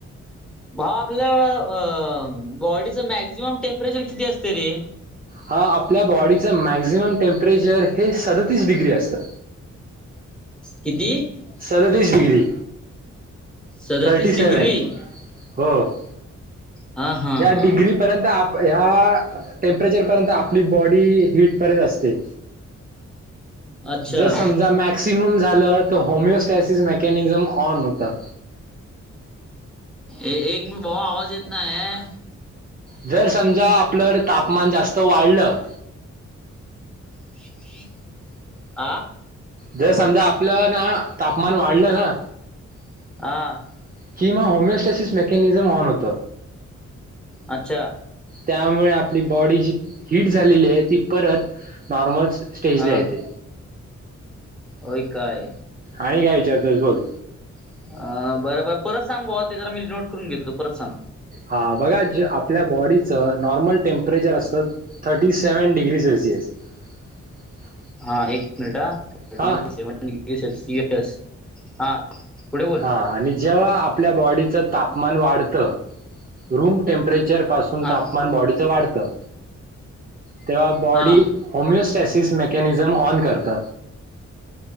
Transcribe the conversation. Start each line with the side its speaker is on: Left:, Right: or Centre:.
Centre: भावा आपल. अ-अ बॉडीचं मॅक्झिमम टेम्परेचर किती असते रे.
Right: हा आपल्या बॉडीचा मॅक्झिमम टेम्परेजेर हे सदतीस डिग्री असत.
Centre: किती
Right: सदतीस डिग्री.
Centre: सदतीस
Right: थर्टी सेवन
Centre: डिग्री.
Right: हो.
Centre: हा हा
Right: या
Centre: हा
Right: डिग्री पर्यंत आप ह्या टेम्परेचर पर्यंत आपली बॉडी. हिट पर्यंत असते.
Centre: अच्छा
Right: जर समजा मॅक्सिमम झालं तर. होमिओस्टॅसिस मेकॅनिझम ऑन होत. त.
Centre: ए एक मिनिट. भावा आवाज येत नाही आहे.
Right: जर समजा आपलं तापमान जास्त वाढलं.
Centre: ते ते. आं.
Right: जर समजा आपलं ना. तापमान वाढलं ना.
Centre: आ.
Right: किंवा होमिओस्टसिस मेकॅनिझम ऑन होत.
Centre: अच्छा
Right: त्यामुळे आपली बॉडी जी हीट झालेली आहे ती परत नॉर्मलस स्टेजला
Centre: हा
Right: येते.
Centre: होय काय
Right: आणि काय विचारतोयस बोल?
Centre: अ बरं बरं परत सांग भावा ते जरा मी नोट करून घ घेतो, परत सांग?
Right: हा बघा, ज आपल्या बॉडीचं नॉर्मल टेम्परेचर असतं थर्टी सेव्हन डिग्री सेल्सिअस. <unintelligible>
Centre: हा एक मिनिट ह थर्टि
Right: हा
Centre: सेव्हन डिग्री सेल्सिअस हा. पुढे बोल
Right: हा आणि जेव्हा आपल्या बॉडी च तापमान वाढत रूम टेम्परेचर पासून
Centre: हा
Right: तापमान बॉडीच वाढतं. तेव्हा बॉडी
Centre: हा
Right: होमिस्टॅसिस मेकॅनिझम ऑन करत.